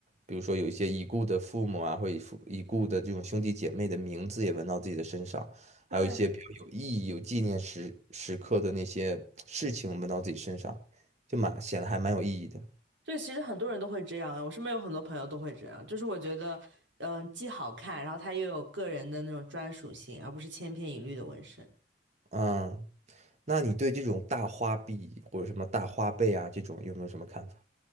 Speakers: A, on the right (about 40°); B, on the right (about 85°).
A: 比如说有一些已故的父母啊，或者父已故的这种兄弟姐妹的名字也纹到自己的身上，
B: 对。
A: 还有一些比较有意义、有纪念时时刻的那些事情纹到自己身上，就蛮显得还蛮有意义的。
B: 对，其实很多人都会这样啊，我身边有很多朋友都会这样，就是我觉得，嗯，既好看，然后它又有个人的那种专属性，而不是千篇一律的纹身。
A: 嗯，那你对这种大花臂或者什么大花背啊这种有没有什么看法？